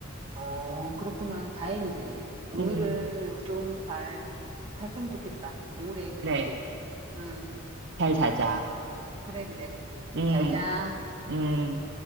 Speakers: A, on the right; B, on the right.
A: 어, 그렇구나. 다행이네. 오늘은
B: 음,
A: 좀 잘 잤으면 좋겠다. 오래 깊게.
B: 그래.
A: 응,
B: 잘 자자.
A: 그래, 그래.
B: 음,
A: 잘 자.
B: 음.